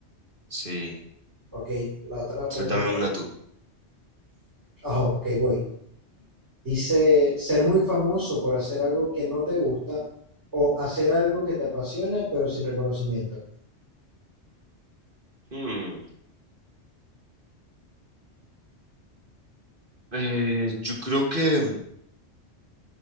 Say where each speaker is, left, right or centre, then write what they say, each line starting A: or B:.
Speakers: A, on the right; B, on the right.
A: Sí,
B: Ok, la otra
A: suéltame
B: pregunta.
A: una tú.
B: Ah, ok, voy. Dice, ser muy famoso por hacer algo que no te gusta o hacer algo que te apasiona pero sin reconocimiento.
A: Hmm. Eh, yo creo que